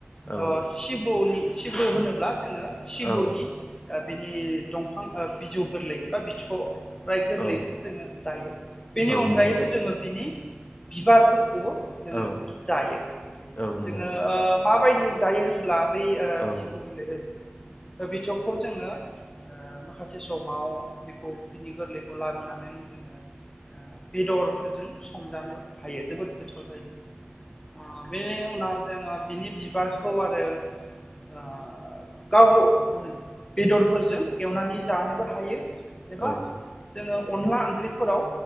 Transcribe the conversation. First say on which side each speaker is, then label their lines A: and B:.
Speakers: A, on the left; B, on the left.
A: औ
B: ओ सि ब्र होनोब्ला जोङो सिब्रनि
A: औ
B: बिनि दंफां बिजौ गोरलै बिथ'राय गोरलैखौ
A: औ
B: जोङो जायो बेनि
A: औ
B: अनगायैबो
A: नंगौ
B: जोङो बिनि बिबार फोरखौबो जोङो
A: औ
B: जायो
A: नंगौ औ नंगौ
B: जोङो
A: औ नंगौ औ
B: ओ माबायदि जायो होनब्ला बै ओ
A: औ
B: सिब्र बिलइ ओ बिज'खौ जोङो ओ माखासे समाव बेखौ बिनि गोरलैखौ लाबोनानै जोङो ओ बेदरफोरजों संजानो हायो जोबोद गोथाव जायो ओ बेनि उनाव जोङो बिनि बिबारखौ आरो ओ गाव बेदरफोरजों एवनानै जानोबो हायो एबा
A: औ
B: जोङो अनला ओंख्रिफोराव